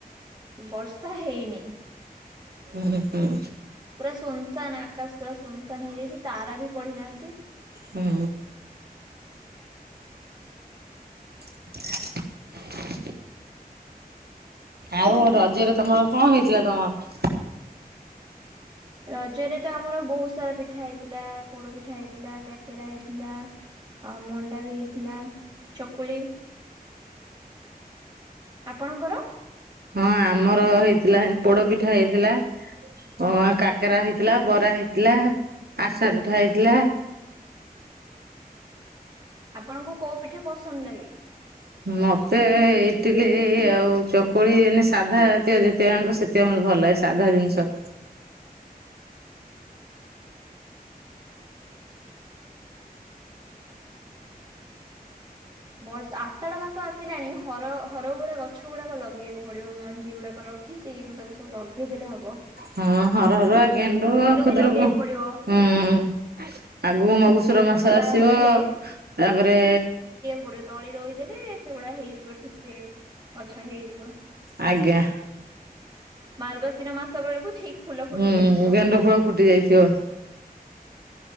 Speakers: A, on the right; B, on the right.
A: ବର୍ଷା ହେଇନି।
B: ହୁଁ ହୁଁ
A: ପୁରା ସୁନସାନ ଆକାଶ ପୁରା ସୁନସାନ ହେଇଯାଇଛି ତାରା ବି ପଡିନାହାନ୍ତି
B: ହୁଁ <inaudible> ଆଉ ରଜରେ ତମର କଣ ହେଇଥିଲା ତମର?
A: ରଜରେ ତ ଆମର ବହୁତ ସାରା ପିଠା ହେଇଥିଲା, ପୋଡ ପିଠା ହେଇଥିଲା, କାକେରା ହେଇଥିଲା, ଆଉ ମଣ୍ଡା ବି ହେଇଥିଲା, ଚକୁଳି। ଆପଣଙ୍କର?
B: ହଁ ଆମର ହେଇଥିଲା ପୋଡ ପିଠା ହେଇଥିଲା। ହ କାକେରା ହେଇଥିଲା ବରା ହେଇଥିଲା ଆରିସା ପିଠା ହେଇଥିଲା।
A: ଆପଣଙ୍କୁ କୋଉ ପିଠା ପସନ୍ଦ ଲାଗେ?
B: ମତେ ଇଟିଲି ଆଉ ଚକୁଳି ଏମିତି ସାଧା ତିଆଆଙ୍କ ସେ ସେତିକି ମୋତେ ଭଲ ଲାଗେ ସାଧା ଜିନିଷ।
A: ବର୍ଷ ଆଷାଢ ମାସ ଆସିଲାଣି ହର ହରଉରେ ଗଛ ଗଛ ଗୁଡାକ ଲଗେଇବାକୁ ପଡିବ ମଞ୍ଜି ଗୁଡାକ ରଖିଛି ମୁ ତାକୁ ସବୁ ଲଗେଇଦେଲେ ହବ।
B: ହଁ ହର ହରୁ ଆ ଗେଣ୍ଡୁ ଆଉ ଖୁଦରୁକୁ
A: ବି ଲଗେଇବାକୁ ପଡିବ
B: ହଁ ଆଗୁ ମଗୁସୁର
A: ବର୍ଷା
B: ମାସ ଆସିବ
A: ଆସିଲେ
B: ତାପରେ
A: ଗୋଟେ ତଳି ରହିଦେଲେ ସେଗୁଡା ହେଇଯିବ ଠିକ ଗଛ ହେଇଯିବ
B: ଆଜ୍ଞା
A: ମାର୍ଗଶିର ମାସ ବେଳକୁ ଠିକ ଫୁଲ ଫୁଟି
B: ହୁଁ
A: ଯାଇଥିବ
B: ଗେଣ୍ଡ ଫୁଳ ଫୁଟି ଯାଇଥିବ।